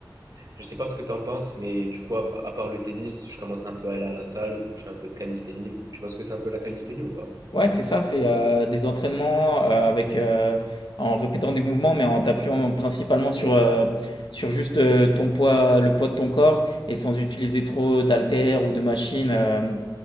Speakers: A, on the right; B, on the left.
A: Je sais pas ce que t'en penses, mais du coup, à, à part le tennis, je commence un peu à aller à la salle. Donc, je fais un peu de calisthénie. Tu vois ce que c'est un peu la calisthénie ou pas?
B: Ouais, c'est ça, c'est, heu, des entraînements, heu, avec, heu, en répétant des mouvements, mais en t'appuyant principalement sur, heu, sur juste, heu, ton poids, le poids de ton corps et sans utiliser trop d'haltères ou de machines, hem,